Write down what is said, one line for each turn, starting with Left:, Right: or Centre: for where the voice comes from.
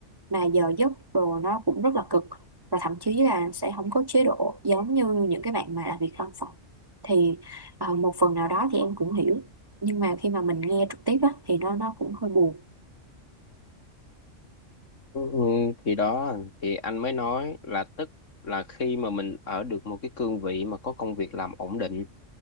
Right: mà giờ giấc đồ nó cũng rất là cực và thậm chí là sẽ không có chế độ giống như những cái bạn mà làm việc văn phòng thì ờ, một phần nào đó thì em cũng hiểu nhưng mà khi mà mình nghe trực tiếp á, thì nó nó cũng hơi buồn
Left: Ừ, ừ, thì đó thì anh mới nói là tức là khi mà mình ở được một cái cương vị mà có công việc làm ổn định